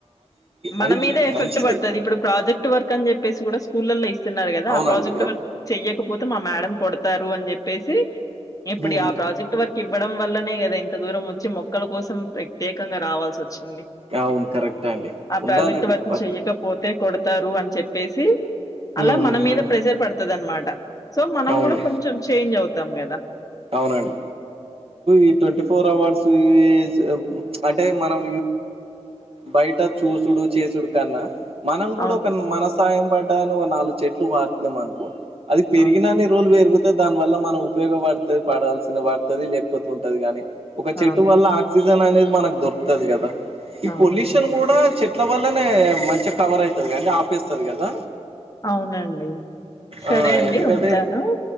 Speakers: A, on the left; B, on the right.
A: మన
B: అది
A: మీద ఎఫెక్ట్
B: మంచిది
A: పడుతుంది ఇప్పుడు ప్రాజెక్ట్ వర్క్ అని చెప్పేసి కూడా సు స్కూలల్లో ఇస్తున్నారు కదా
B: అవునండి
A: ఆ ప్రాజెక్ట్
B: అది
A: వర్క్ చెయకపోతే మా మేడం కొడతారు అని చెప్పేసి ఇప్పుడు
B: హ్మ్.
A: ఆ ప్రాజెక్ట్ వర్క్ ఇవ్వడం వల్లనే కదా ఇంత దూరం వచ్చి మొ క్కల కోసం ప్రత్యేకంగా రావాల్సి వచ్ చిన్ని
B: అవును కరెక్టే అండి
A: ఆ
B: ఉండాలండి
A: ప్రాజెక్ట్ వర్క్
B: ప
A: చెయ్యకపోతే తరు అని చెప్పేసి అలా
B: ఉమ్
A: మన మీద
B: ఉమ్
A: ప్రెజర్ పడతుంది అనమాట సో మనం
B: అవును
A: కూడా కొంచెం చేంజ్ అవుతాం కదా
B: అవునండి ఈ ట్వంటీ ఫోర్ అవార్డ్స్ వి ఇస్ అంటే మనం బయట చూసుడు చేసుడు కన్నా మనం కూడా
A: అవును.
B: ఒక మన సాయం పడ్డాని ఒక నాలుగు చెట్లు నాటినం అనుకో అది పెరిగినన్ని
A: అవును.
B: రోలు పెరుగుతే దాని వల్ల మనం ఉపయోగపడు పడాల్సిన పడుతది లేకపోతే ఉంటది కాగాని ఒక చెట్టు
A: అవును.
B: వల్ల ఆక్సిజన్ అనేది మనకు దొరుతది కదా ఈ
A: అవునండి.
B: పొల్యూషన్ కూడా చెట్ ట్ల వల్లనే మంచిగా కవర్ అవుతుంది కండి ఆపెస్తుంది కదా
A: అవునండి సరే
B: ఆ
A: అండి
B: ఎందుకంటే
A: ఉంటాను